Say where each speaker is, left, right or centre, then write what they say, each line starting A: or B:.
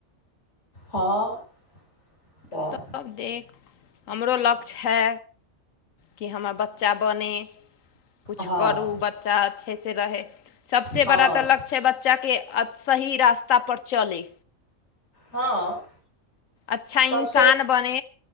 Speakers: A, on the left; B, on the left.
A: हँ तऽ
B: तब देख हमरो लक्ष्य है कि हमर बच्चा बनय किछु
A: हँ
B: करू बच्चा अच्छेसँ रहै सभसँ
A: हँ
B: बड़ा तऽ लक्ष छै बच्चाके सही रास्ता पर चलै
A: हँ
B: अच्छा
A: सबसे
B: इंसान बने